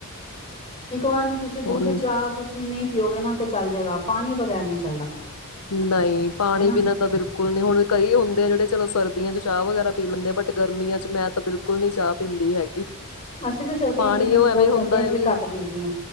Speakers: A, on the left; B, on the left.
A: ਇੱਕ ਵਾਰ ਨੂੰ ਤੁਸੀਂ
B: ਹੁਣ
A: ਦੁੱਧ ਚਾਹ ਕੁਝ ਵੀ ਨਹੀਂ ਪੀਓਗੇ ਨਾ ਤਾਂ ਚਲ ਜਾਏਗਾ ਪਾਣੀ ਬਗੈਰ ਨਹੀਂ ਚੱਲਦਾ
B: ਨਹੀਂ, ਪਾਣੀ
A: ਹਨਾ
B: ਪੀਣਾ ਦਾ ਬਿਲਕੁਲ ਨਹੀਂ। ਹੁਣ ਕਈ ਹੁੰਦੇ ਆ ਜੇੜੇ ਚਲੋ ਸਰਦੀਆਂ ਚ ਚਾਹ ਵਗੈਰਾ ਪੀ ਲੈਂਦੇ ਆ ਬਟ ਗਰਮੀਆਂ ਚ ਮੈਂ ਤਾਂ ਬਿਲਕੁਲ ਨੀ ਚਾਹ ਪੀਂਦੀ ਹੈਗੀ।
A: ਅਸੀਂ ਤਾਂ ਸਰਦੀਆਂ
B: ਪਾਣੀ
A: ਚ ਵੀ ਮੈਂ
B: ਉਹ
A: ਤਾਂ ਬਹੁਤ
B: ਐਵੇਂ ਹੁੰਦਾ
A: ਸਰਦੀਆਂ ਚ
B: ਐ ਵੀ
A: ਘੱਟ ਪੀਦੀ ਹਾਂ